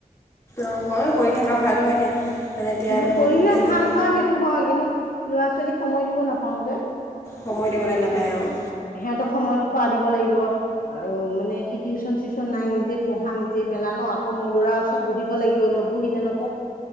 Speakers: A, on the left; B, on the left.
A: অঁ হয় কৰি থকা ভাল হয়নে। মানে এতিয়া
B: ন
A: ধৰক
B: কৰিলে
A: এনেকৈ
B: ভাল হয় সেইটো হয় কিন্তু ল'ৰা ছোৱালীক সময় দিব নাপাওঁ যে
A: সময় দিবলৈ নাপায়। আৰু
B: সিহঁতৰ সময়ত খোৱা দিব লাগিব। আৰু মানে কি টিউশচন, চিউচন নাই নিজে পঢ়া নিজে মেলা ন মোৰ লৰা ওচৰত বহিব লাগিব নবহিলে ন।